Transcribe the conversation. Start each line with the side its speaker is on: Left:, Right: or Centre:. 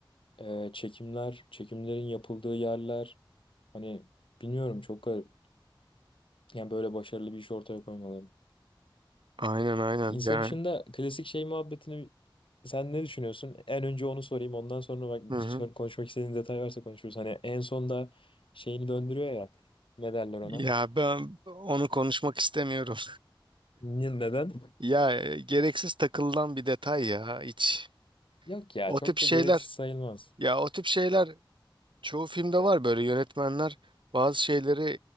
Left: e, çekimler, çekimlerin yapıldığı yerler hani bilmiyorum çok garip. Yani böyle başarılı bir iş ortaya koymaları.
Right: Aynen aynen.
Left: Inception'da
Right: Yani.
Left: klasik şey muhabbetini sen ne düşünüyorsun? En önce onu sorayım ondan sonra bak
Right: Hı hı.
Left: sor- konuşmak istediğin detay varsa konuşuruz. Hani en sonda şeyini döndürüyor ya ne derler ona?
Right: Ya ben onu konuşmak istemiyorum.
Left: Ne- Neden?
Right: Ya e, gereksiz takılan bir detay ya hiç.
Left: Yok ya
Right: O
Left: çok
Right: tip şeyler
Left: da gereksiz sayılmaz.
Right: ya o tip şeyler çoğu filmde var böyle yönetmenler bazı şeyleri